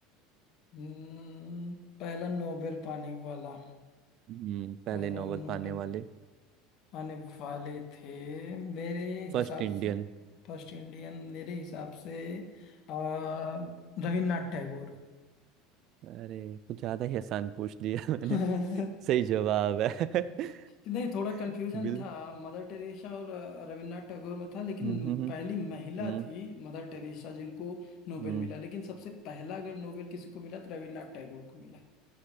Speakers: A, on the left; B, on the right.
A: हम्म। पहला नोबेल पाने वाला
B: हम्म, पहले
A: पहला
B: नोबेल
A: नोबेल
B: पाने वाले
A: पाने वाले थे मेरे
B: फर्स्ट
A: हिसाब से
B: इंडियन
A: फर्स्ट इंडियन मेरे हिसाब से आ, रविन्द्रनाथ टैगोर
B: अरे कुछ ज्यादा ही आसान पूछ लिया <laughs> मैंने
A: <laughs>
B: सही जवाब है <laughs>
A: नहीं थोड़ा कंफ्यूजन
B: बिल
A: था मदर टेरेसा और अ, रविन्द्रनाथ टैगोर में था लेकिन
B: हम्म हम्म
A: पहली महिला
B: हम्म
A: थी मदर टेरेसा जिनको नोबेल
B: हम्म,
A: मिला लेकिन सबसे पहला अगर नोबेल किसी को मिला तो रविन्द्रनाथ टैगोर को मिला